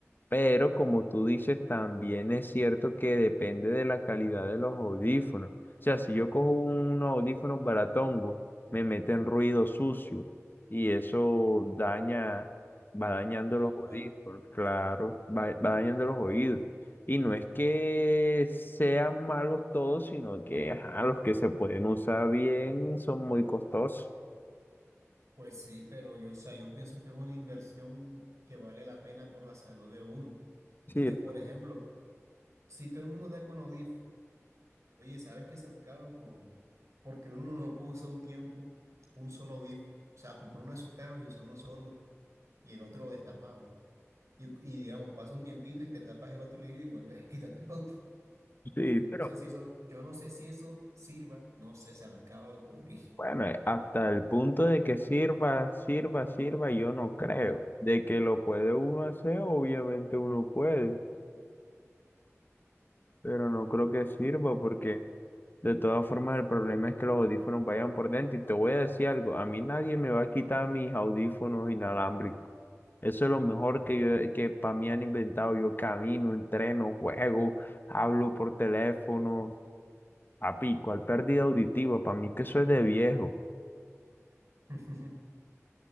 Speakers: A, on the left; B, on the right.
A: Pero como tú dices, también es cierto que depende de la calidad de los audífonos. O sea, si yo cojo unos audífonos baratongo, me meten ruido sucio y eso daña, va dañando
B: aún
A: los audífonos,
B: más,
A: claro, va, va dañando los oídos. Y no es que sean malos todos, sino que ajá, los que se pueden usar bien son muy costosos.
B: pues sí, pero yo, o sea, yo pienso que es una inversión que vale la pena por la salud de uno.
A: Sí,
B: Y que, por ejemplo, si todo el mundo da con Audif, oye, ¿sabes qué se me acaba de ocurrir? Porque uno no puede usar un tiempo un solo Audif. O sea, compró uno de esos caros y usó uno solo y el otro destapado. Y, y digamos, pasa un tiempito y te tapas el otro oído y vuelves a <laughs> quitarte el otro.
A: sí,
B: Yo
A: pero
B: no sé si eso, yo no sé si eso sirva, no sé, se me acaba de ocurrir.
A: Bueno, eh, hasta el punto de que sirva, sirva, sirva, yo no creo. De que lo puede uno hacer, obviamente uno puede, pero no creo que sirva porque de todas formas el problema es que los audífonos vayan por dentro. Y te voy a decir algo, a mí nadie me va a quitar mis audífonos inalámbricos. Eso es lo mejor que yo, que para mí han inventado. Yo camino, entreno, juego, hablo por teléfono. Papi, ¿cuál pérdida auditiva? Para mí que eso es de viejo.
B: <laughs>